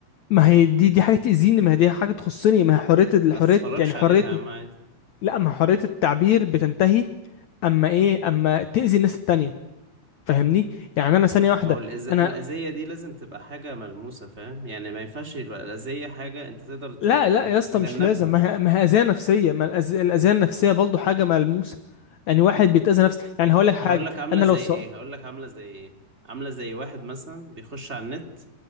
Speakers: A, on the left; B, on the right.
A: ما هي دي دي حاجه تاذيني ما هي دي حاجه تخصني ما هي حريه الحريه
B: ما تتفرجش
A: يعني حريه
B: عليها يا عم عادي
A: لا ما حريه التعبير بتنتهي اما ايه اما تاذي الناس التانية فاهمني يعني انا ثانيه واحده
B: ما هو الأز... الأذية
A: انا
B: دي لازم تبقى حاجة ملموسة فاهم يعني ما ينفعش يبقى الأذية حاجة أنت تقدر ت...
A: لا لا يا
B: تتجنبها
A: اسطى مش لازم ما هي ما هي اذيه نفسيه ما الأذ- الاذيه النفسيه برضه حاجه ملموسه يعني واحد بيتاذى نفسه يعني
B: ه...
A: هقول لك حاجه
B: هقول لك عاملة
A: انا
B: زي
A: لو سقطت
B: إيه هقول لك عاملة زي إيه عاملة زي واحد مثلا بيخش على النت